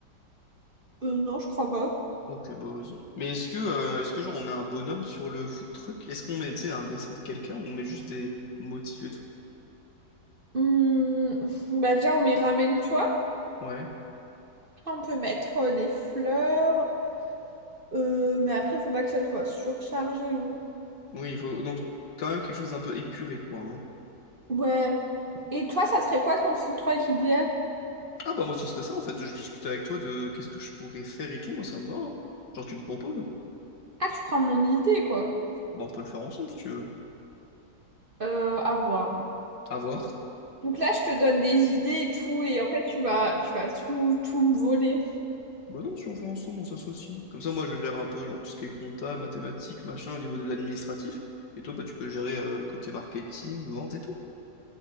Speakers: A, on the right (about 40°); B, on the left (about 70°).
A: Euh, non, je crois pas.
B: Ok, bah vas-y. Mais est-ce que, euh, est-ce que genre on met un bonhomme sur le food truck? Est-ce qu'on met, tu sais, un dessin de quelqu'un ou on met juste des motifs et tout?
A: Hum, bah déjà, on met ramène-toi.
B: Ouais.
A: Après, On peut mettre euh, des fleurs. Euh, mais après, faut pas que ça soit surchargé. hein.
B: Oui, il faut donc quand même quelque chose d'un peu épuré, quoi. hein.
A: Ouais. Et toi, ça serait quoi ton food truck idéal?
B: Ah bah moi ce serait ça en fait. Je discute avec toi de qu'est-ce que je pourrais faire et tout. Moi ça me va. hein. Genre tu me proposes.
A: Ah, tu prends mon idée, quoi.
B: Bah on peut le faire ensemble si tu veux.
A: Euh, à voir.
B: À voir.
A: Donc là, je te donne des idées et tout. Et en fait, tu vas, tu vas tout, tout me voler.
B: Bah non, si on fait ensemble, on s'associe. Comme ça moi je gère un peu genre tout ce qui est compta, mathématiques, machin au niveau de l'administratif. Et toi bah tu peux gérer euh, le côté marketing, vente et tout.